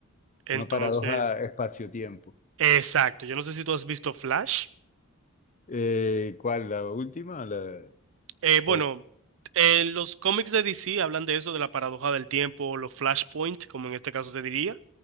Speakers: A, on the right (about 65°); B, on the left (about 35°).
A: Entonces,
B: Una paradoja espacio-tiempo.
A: exacto. Yo no sé si tú has visto Flash.
B: Eh, ¿cuál? ¿La última? o La...
A: Eh, bueno,
B: oh,
A: en los cómics de DC hablan de eso, de la paradoja del tiempo, los flashpoint, como en este caso se diría,